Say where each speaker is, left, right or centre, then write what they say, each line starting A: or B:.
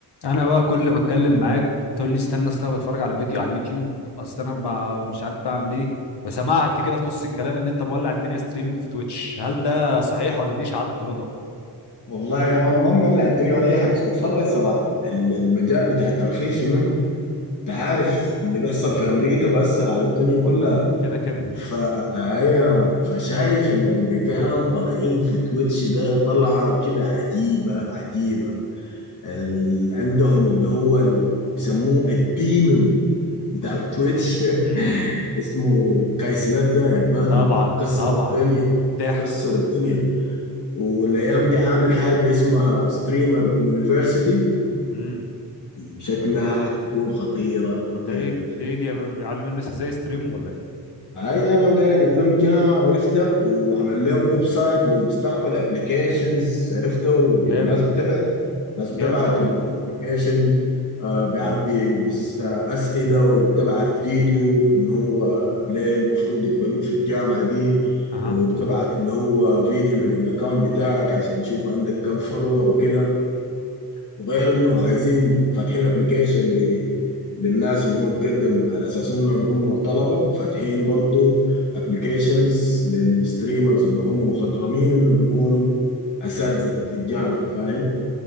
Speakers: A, on the left (about 80°); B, on the left (about 50°).
A: انا بقى كل ما اتكلم معاك تقول لي استنى اصل انا بتفرج على فيديو على اليوتيوب اصل انا ب- مش عارف بعمل ايه وسمعت كده في نص الكلام ان انت مولع الدنيا ستريمنج في تويتش هل ده صحيح ولا دي اشاعات مغرضه
B: والله يا مان ما مولع الدنيا ولا اي حاجه بس بتفرج صراحه ال- المجال بتاع الترفيه شنو انت عارف اللي بيحصل في امريكا بأثر على الدنيا كلها
A: كده كده
B: فهي فشايف الامريكان طالعين في تويتش ده طلعه كده عجيبه عجيبه اللي عندهم اللي هو ال- بيسموه الديمن بتاع تويتش
A: امم
B: <laughs> اسمه كايسنات ده يا مان
A: طبعا
B: كسر
A: طبعا
B: الدنيا
A: ضحك
B: كسر الدنيا والايام دي عامل حاجه اسمها ستريمر يونيفرسيتي
A: امم
B: شكلها حتكون خطيره خطيره
A: ده ايه دي- ده ايه دي يا مان بيعلم الناس ازاي يستريم ولا ايه
B: هاي انا داير اعمل لهم جامعه عرفتها وعمل لهم ويب سايت وبيستقبل ابلكيشنز عرفتها والناس
A: جامد
B: بتبعت الناس بتبعت
A: جامد قوي
B: اللي هو ابلكيشن بيعبي بس آه، اسئله وبتبعت فيديو ان هو ليه المفروض يقبلوك في الجامعه دي
A: اها
B: وبتبعت اللي هو فيديو من الاكونت بتاعك عشان يشوف عندك كم فولور وكده وغير انه عايزين فاتحين ابلكيشن ل... للناس ان هو تقدم على اساس انهم هم طلبه فاتحين برضو ابلكيشنز للستريمرز اللي هم مخضرمين انهم يكونوا اساتذه في الجامعه فاهم